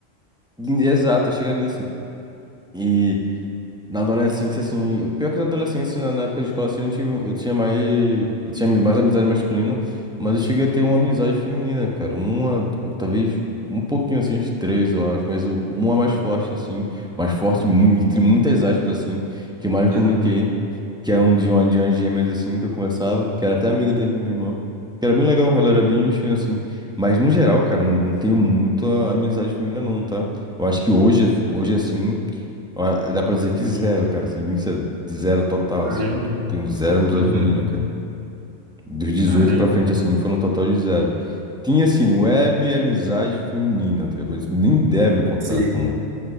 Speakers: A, in the centre; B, on the right.
A: Exato, chega nisso. E. Na adolescência, assim, pior que na adolescência, na, na época de escola, assim, eu tive, eu tinha mais, eu tinha mais amizade masculina, mas eu cheguei a ter uma amizade feminina, cara, uma, du- talvez um pouquinho, assim, uns três, eu acho, mas o- uma mais forte, assim, mais forte, mu- entre muitas aspas, assim, que eu mais me
B: Aham.
A: comuniquei, que era um de uma, de umas gêmeas, assim, que eu conversava, que era até amiga da minha irmã, que era bem legal, ela era bem gente fina, assim, mas no geral, cara, não tenho muita amizade feminina, não, tá? Eu acho que hoje, hoje, assim... Ó, Dá pra dizer que zero, cara, sendo bem sério. Zero total,
B: Caramba.
A: assim. Tipo, Tenho zero amizade
B: Uhum.
A: feminina, cara. Dos dezoito
B: Caramba.
A: pra frente, assim, foram um total de zero. Tinha, assim, web e amizade feminina, tá ligado? Mas nem deve contar
B: Sei,
A: como,